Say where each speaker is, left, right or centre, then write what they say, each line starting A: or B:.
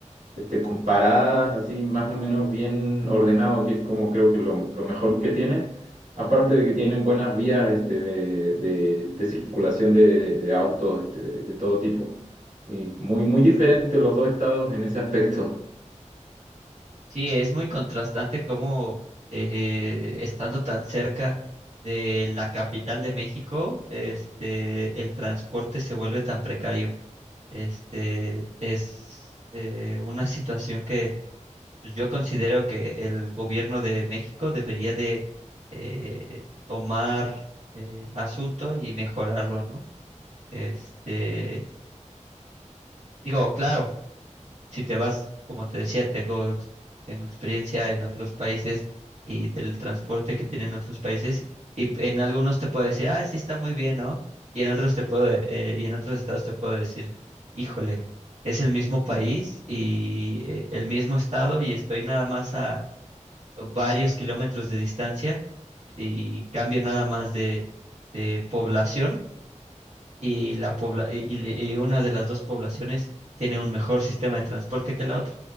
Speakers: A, on the right; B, on the right.
A: este, comparadas, así más o menos bien ordenado, que es como creo que lo, lo mejor que tienen. Aparte de que tienen buenas vías este, de, de- de circulación de, de autos este, de, de todo tipo. Y muy, muy diferentes los dos estados en ese aspecto.
B: Sí, es muy contrastante cómo eh, estando tan cerca de la capital de México, este, el transporte se vuelve tan precario. Este, es eh, una situación que pues, yo considero que el gobierno de México debería de eh, tomar eh, asunto y mejorarlo, ¿no? Este, Digo, claro, si te vas, como te decía, tengo, ex- tengo experiencia en otros países y del transporte que tienen otros países y, y en algunos te puedo decir, ah, sí está muy bien, ¿no? Y en otros te puedo, de- eh, y en otros estados te puedo decir, híjole, es el mismo país y eh, el mismo estado y estoy nada más a varios kilómetros de distancia y cambio nada más de de población y la pobla y, y- una de las dos poblaciones tiene un mejor sistema de transporte que la otra.